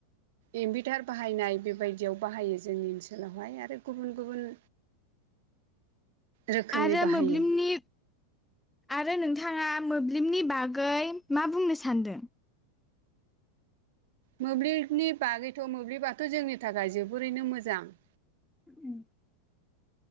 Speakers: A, on the right; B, in the centre.
A: इनभारटार बाहायनाय बेबायदियाव बाहायो जोंनि ओनसोलावहाय आरो गुबुन गुबुन रोखोमनि
B: आरो
A: बाहायो
B: मोब्लिबनि आरो नोंथांङा मोब्लिबनि बागै मा बुंनो सानदों
A: मोब्लिबनि बागैथ' मोब्लिबाथ' जोंनि थाखाय जोबोरैनो मोजां
B: <inaudible>